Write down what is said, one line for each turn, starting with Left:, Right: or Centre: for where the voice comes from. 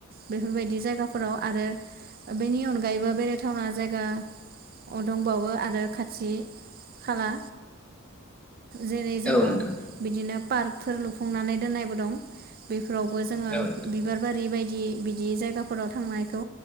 Right: बेफोरबायदि जायगाखौ फोराव आरो बेनि अनगायैबो बेरायथावना जायगा दंबावो आरो खाथि खाला जेरै जोङो
Centre: औ नोंथां
Right: बिदिनो पार्कफोर लुफुंनानै दोननायबो दं बेफोरावबो जोङो
Centre: औ नोंथां
Right: बिबार बारि बायदि बिदि जायगा फोराव थांनायखौ